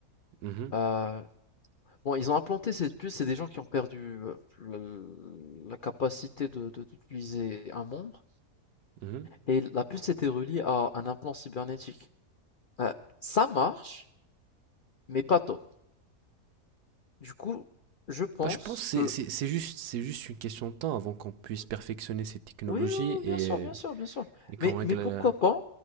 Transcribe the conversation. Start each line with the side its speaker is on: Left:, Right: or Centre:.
Right: Mhm,
Left: Heu, bon, ils ont implanté cette puce, c'est des gens qui ont perdu, heu, le la capacité de de d'utiliser un membre
Right: mhm.
Left: et la puce était reliée à un implant cybernétique. Heu, ça marche, mais pas top. Du coup, je pense
Right: Bah, je pense que c'est
Left: que
Right: c'est- c'est juste, c'est juste une question de temps avant qu'on puisse perfectionner ces technologies
Left: oui, oui,
Right: et,
Left: oui, bien sûr, bien sûr, bien sûr.
Right: et qu'on
Left: Mais
Right: règle
Left: mais pourquoi
Right: la-
Left: pas